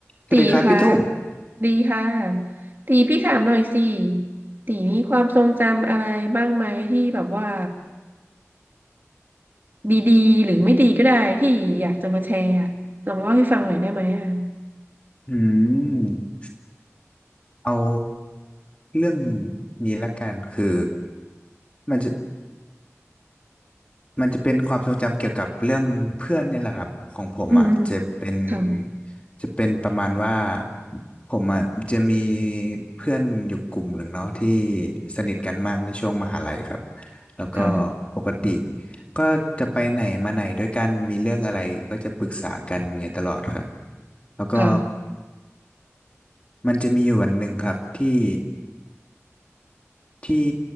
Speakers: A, on the left; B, on the right.
A: สวัสดีครับพี่ตุ้ม
B: ตีคะดีค่ะตีพี่ถามหน่อยสิตีมีความทรงจำอะไรบ้างไหมที่แบบว่าดีๆหรือไม่ดีก็ได้ที่อยากจะมาแชร์อะลองเล่าให้ฟังหน่อยได้ไหมอ่ะ
A: อืมเอาเรื่องนี้ละกันคือมันจะมันจะเป็นความทรงจำเกี่ยวกับเรื่องเพื่อนเนี่ยแหละครับของผมอ่ะจะเป็น
B: อืมอืมค่ะ
A: จะเป็นประมาณว่าผมอ่ะจะมีเพื่อนอยู่กลุ่มหนึ่งเนาะที่สนิทกันมากในช่วงมหาลัยครับแล้วก็
B: ค่ะ
A: ปกติก็จะไปไหนมาไหนด้วยกันมีเรื่องอะไรก็จะปรึกษากันอย่างเงี้ยตลอดครับแล้วก็
B: ค่ะ
A: มันจะมีอยู่วันหนึ่งครับที่ ที่